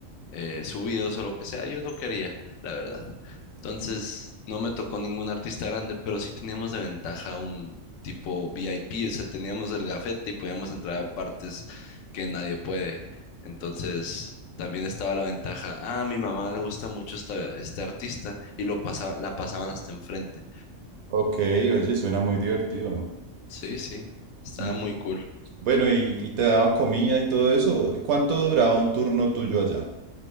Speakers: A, on the left; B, on the right.
A: eh, subidos o lo que sea, yo no quería, la verdad. Entonces, no me tocó ningún artista grande, pero sí teníamos de ventaja un tipo VIP, o sea, teníamos el gafete y podíamos entrar a partes que nadie puede. Entonces, también estaba la ventaja, ah, a mi mamá le gusta mucho esta, este artista y lo pasa, la pasaban hasta enfrente.
B: Ok, oye, suena muy divertido.
A: Sí, sí, estaba
B: Mm.
A: muy cool.
B: Bueno, y, y te daban comida y todo eso. ¿Y ¿Cuánto duraba un turno tuyo allá?